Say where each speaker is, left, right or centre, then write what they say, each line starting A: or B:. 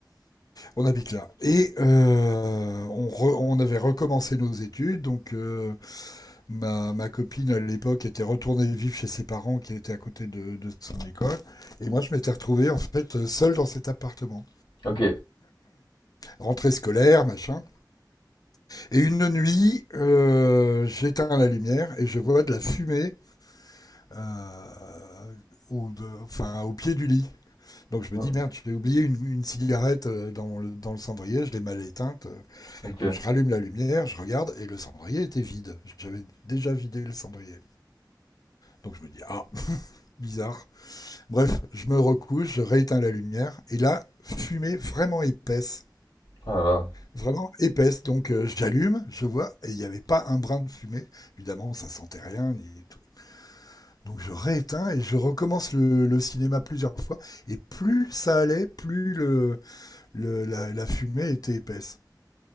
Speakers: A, on the left; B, on the left.
A: On habite là. Et euh, on, re- on avait recommencé nos études, donc euh, ma, ma copine à l'époque était retournée vivre chez ses parents qui étaient à côté de, de son école, et moi je m'étais retrouvé en fait seul dans cet appartement,
B: Ok.
A: rentrée scolaire, machin. Et une nuit, euh, j'éteins la lumière et je vois de la fumée euh, au, de, enfin, au pied du lit. Donc je
B: Hmm.
A: me dis, merde, j'ai oublié une, une cigarette euh, dans le, dans le cendrier, je l'ai mal éteinte. euh.
B: Ok.
A: Donc je rallume la lumière, je regarde et le cendrier était vide. J'avais déjà vidé le cendrier. Donc je me dis, ah, bizarre. Bref, je me recouche, je rééteins la lumière et là, fumée vraiment épaisse.
B: Ah là là.
A: vraiment épaisse. Donc euh, j'allume, je vois, et il n'y avait pas un brin de fumée. Évidemment, ça sentait rien ni tout. Donc je rééteins et je recommence le, le, cinéma plusieurs fois. Et plus ça allait, plus le, le la, la, fumée était épaisse.